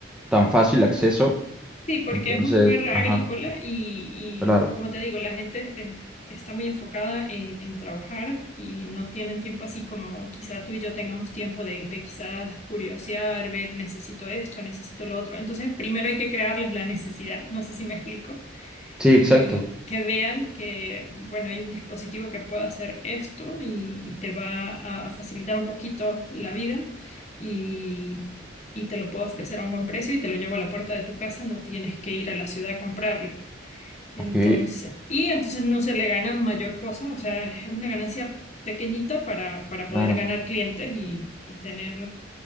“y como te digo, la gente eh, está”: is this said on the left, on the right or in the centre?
Left